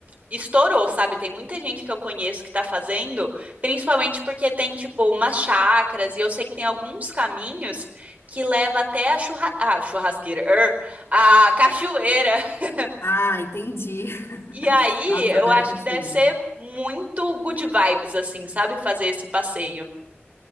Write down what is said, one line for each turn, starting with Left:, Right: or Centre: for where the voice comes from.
Right: estourou, sabe? Tem muita gente que eu conheço que tá fazendo, principalmente porque tem, tipo, umas chacras, e eu sei que tem alguns caminhos que leva até a churra... ah, churrasqueira, er, a cachoeira. <laughs>
Left: Ah, entendi. <laughs>
Right: E aí,
Left: Nossa,
Right: eu
Left: eu adoro
Right: acho
Left: cachoeira.
Right: que deve ser muito good vibes, assim, sabe? Fazer esse passeio.